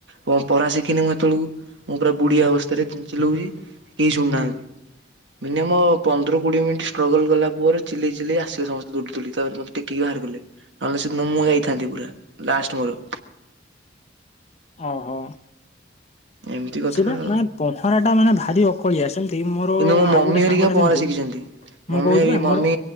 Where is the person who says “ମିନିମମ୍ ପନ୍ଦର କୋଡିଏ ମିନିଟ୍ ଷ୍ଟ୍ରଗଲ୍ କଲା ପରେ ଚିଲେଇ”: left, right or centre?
Right